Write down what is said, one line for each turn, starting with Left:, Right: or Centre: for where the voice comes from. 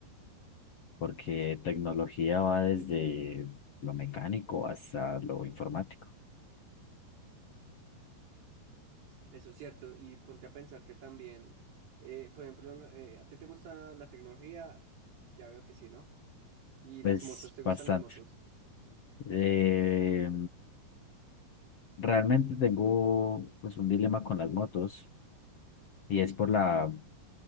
Left: porque
Right: Sí,
Left: tecnología va desde lo mecánico hasta lo informático.
Right: eso es cierto. Y ponte a pensar que también, eh, por ejemplo, eh, ¿a ti te gusta la tecnología? Ya veo que sí, ¿no? ¿Y
Left: Pues
Right: las motos? ¿Te gustan
Left: bastante.
Right: las motos?
Left: Eh, Realmente tengo pues un dilema con las motos y es por la,